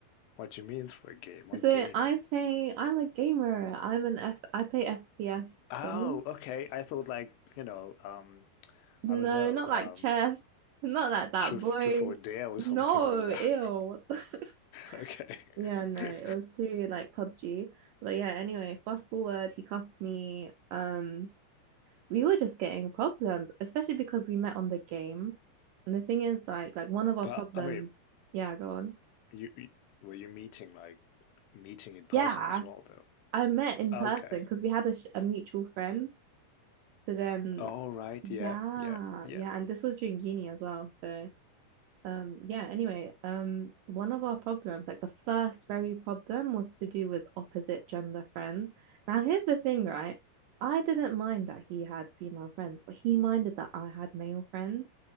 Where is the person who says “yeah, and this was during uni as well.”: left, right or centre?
Right